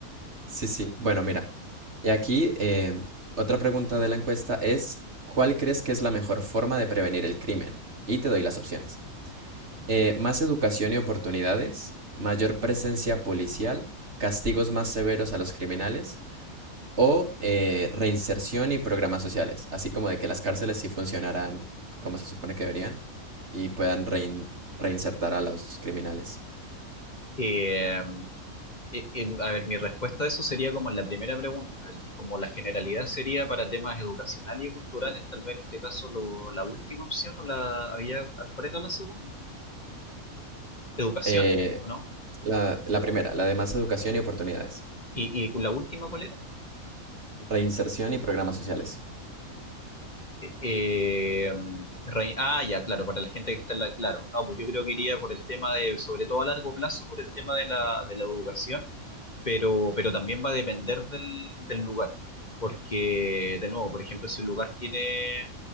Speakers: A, on the right; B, on the left.
A: sí, sí. Bueno, mira, y aquí em, otra pregunta de la encuesta es, ¿cuál crees que es la mejor forma de prevenir el crimen? Y te doy las opciones. Eh, más educación y oportunidades, mayor presencia policial, castigos más severos a los criminales o eh, reinserción y programas sociales, así como de que las cárceles sí funcionaran como se supone que deberían y puedan rein- reinsertar a los criminales.
B: Eh, eh, eh, em, a ver, mi respuesta a eso sería como en la primera pregunta, el- como la generalidad sería para temas educacionales y culturales, tal vez en este caso lo- la última opción o la había, ¿cuál era la segunda? Educación,
A: Eh,
B: ¿o no?
A: la, la primera, la de más educación y oportunidades.
B: Y, y la última, ¿cuál era?
A: Reinserción y programas sociales.
B: Eh, em, Rey- ah, ya, claro, para la gente que está en la... Claro, no, pues yo creo que iría por el tema de, sobre todo a largo plazo, por el tema de la, de la educación, pero, pero también va a depender del, del lugar, porque, de nuevo, por ejemplo, si un lugar tiene